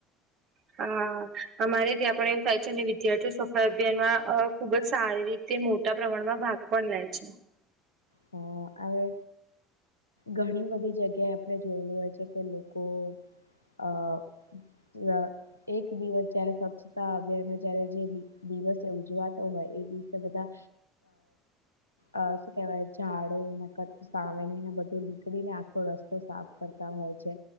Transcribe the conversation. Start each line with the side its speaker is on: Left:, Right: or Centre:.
Right: હ. હા અમારે ત્યાં પણ એવું થાય છે અને વિદ્યાર્થીઓ સફાઈ અભિયાનમાં ખુબ જ સારી રીતે તે મોટા પ્રમાણમાં ભાગ પણ લે છે.
Left: હ આવે ઘણી બધી જગ્યાએ આપણે જોયેલું હોય છે કે લોકો આ ય એક દિવસ જયારે સ્વચ્છતા અભિયાન જયારે દિવસે ઉજવાતો હોય એ દિવસે બધા અ શું કેવાય ઝાડે નખદ સાવેરણી ને બધ નીકળીને આખો રસ્તો સાફ કરતા હોય છે